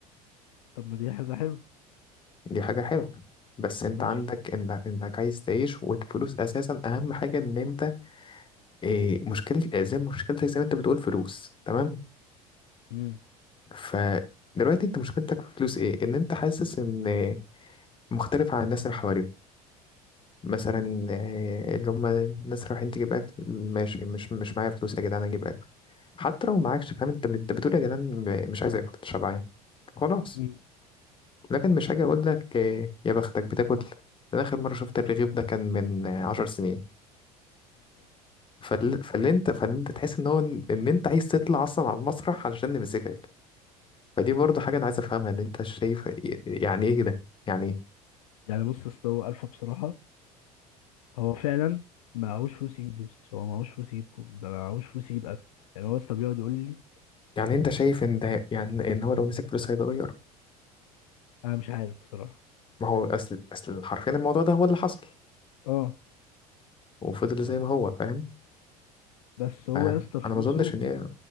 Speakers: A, on the left; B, on the left.
A: طب ما دي حاجه حلوه
B: دي حاجة حلوة بس أنت
A: ماشي
B: عندك إنك, إنك عايز تعيش والفلوس أساسا أهم حاجة إن أنت إيه مشكلة زي مشكلتك زي ما أنت بتقول فلوس تمام
A: امم
B: فدلوقتي أنت مشكلتك في فلوس إيه إن أنت حاسس إن مختلف عن الناس اللي حواليك مثلا آه، اللي هم الناس رايحين تجيب اكل ماشي مش مش معايا فلوس يا جدعان اجيب اكل حتى لو معاكش فاهم انت انت بتقول يا جدعان ب- مش عايز اكل شبعان خلاص
A: امم
B: لكن مش هاجي اقول لك آه، يا بختك بتاكل انا اخر مره شفت الرغيف ده كان من آه، عشر سنين فال- فاللي انت فاللي انت تحس ان هو ان إن انت عايز تطلع اصلا على المسرح علشان نمسكك فدي برضه حاجه انا عايز افهمها اللي انت شايف إيه- يعني ايه ده يعني إيه؟
A: يعني بص يا اسطى هو الفا بصراحه هو فعلا معهوش فلوس يجيب بس هو معهوش فلوس يجيب كو- ده معهوش فلوس يجيب اكل يعني هو يا اسطى بيقعد يقول لي
B: يعني انت شايف ان ده يعني ان هو لو مسك فلوس هيتغير
A: انا مش عارف بصراحه
B: ما هو اصل اصل حرفيا الموضوع ده هو اللي حصل
A: اه
B: وفضل زي ما هو فاهم
A: بس هو
B: ف-
A: يا اسطى فلوسه
B: انا ما اظنش ان هي